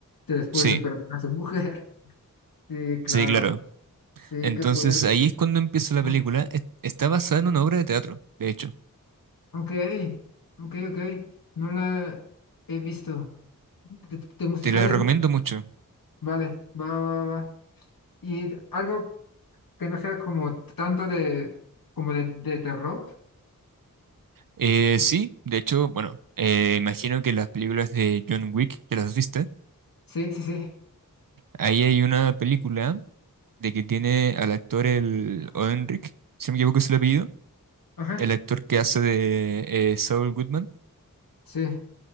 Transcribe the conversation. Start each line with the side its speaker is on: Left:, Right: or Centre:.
Left: de- después
Right: Sí,
Left: de perder a su mujer. <laughs> Sí, claro.
Right: sí, claro.
Left: Sí,
Right: Entonces
Left: qué fuerte.
Right: ahí es cuando empieza la
Left: Ah,
Right: película. Es- Está basada en una obra de teatro, de hecho.
Left: Ok, ok, ok. No la he visto. De, de musicales
Right: Te la recomiendo
Left: no.
Right: mucho.
Left: Vale, va, va, va. ¿Y algo? que no sea como tanto de, como de, de terror.
Right: Eh, sí, de hecho, bueno, eh, imagino que las películas de John Wick, que las viste,
Left: Sí, sí, sí.
Right: ahí hay una película de que tiene al actor el Oenric, si no me equivoco es el apellido,
Left: Ajá.
Right: el actor que hace de eh, Saul Goodman.
Left: Sí.